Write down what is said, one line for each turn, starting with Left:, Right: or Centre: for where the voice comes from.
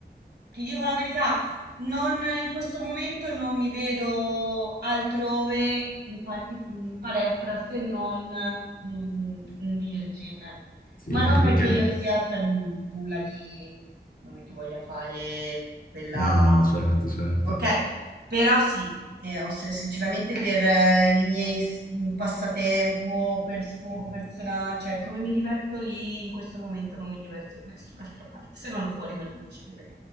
Right: ti dico la verità, non, in questo momento non mi vedo altrove in, parti- in palestra se non mm, in Virgin,
Left: Sì,
Right: ma
Left: anche
Right: non perché
Left: perché...
Right: io sia, cioè, n- nulla di non è che voglia fare quella.
Left: No, no, certo, certo.
Right: Okay, però sì, ehm, ho s sinceramente per eh, i miei s mhmm, passatempo, per sfogo persona cioè come mi diverto lì, in questo momento non mi diverto da nessun'altra parte, se non fuori con gli amici ovviamen